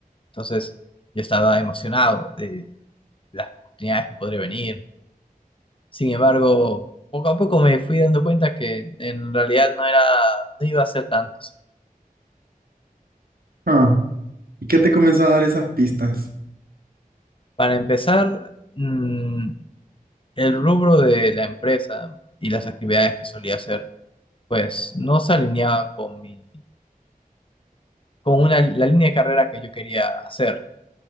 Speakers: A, on the left; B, on the right.
A: Entonces yo estaba emocionado de las oportunidades que podría venir. Sin embargo, poco a poco me fui dando cuenta que en realidad no era, no iba a ser tantos.
B: ah, ¿y qué te comenzó a dar esas pistas?
A: Para empezar, mm, el rubro de la empresa y las actividades que solía hacer, pues no se alineaba con mi, con una, la línea de carrera que yo quería hacer.